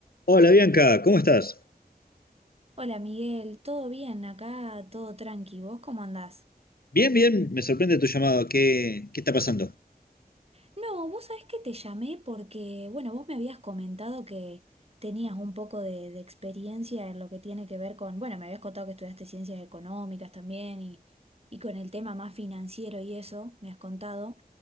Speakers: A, on the left; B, on the right.
A: Hola Bianca, ¿cómo estás?
B: Hola Miguel, ¿todo bien? Acá todo tranqui, ¿vos cómo andás?
A: Bien, bien, me sorprende tu llamado. ¿Qué, qué está pasando?
B: No, vos sabés que te llamé porque, bueno, vos me habías comentado que tenías un poco de, de experiencia en lo que tiene que ver con, bueno, me habías contado que estudiaste ciencias económicas también y, y con el tema más financiero y eso, me has contado.